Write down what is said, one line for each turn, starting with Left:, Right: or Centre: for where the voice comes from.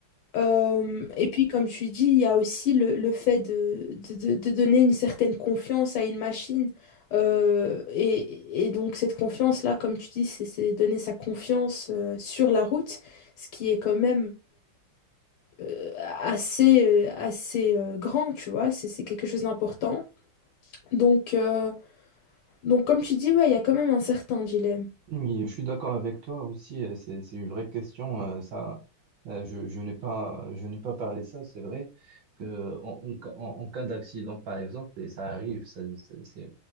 Left: Euh, et puis, comme tu dis, il y a aussi le, le fait de, de- de- de donner une certaine confiance à une machine. Euh, et, et donc, cette confiance-là, comme tu dis, c'est c'est donner sa confiance euh, sur la route, ce qui est quand même euh, assez, euh, assez euh, grand, tu vois, c'est c'est quelque chose d'important. Donc, euh, donc, comme tu dis, ouais, il y a quand même un certain dilemme.
Right: Oui, je suis d'accord avec toi aussi. euh, C'est, c'est une vraie question. euh, ça, Euh, je, je n'ai pas, je n'ai pas parlé de ça. C'est vrai que en, en ca- en- en cas d'accident, par exemple, et ça arrive, ça, c'est c'est-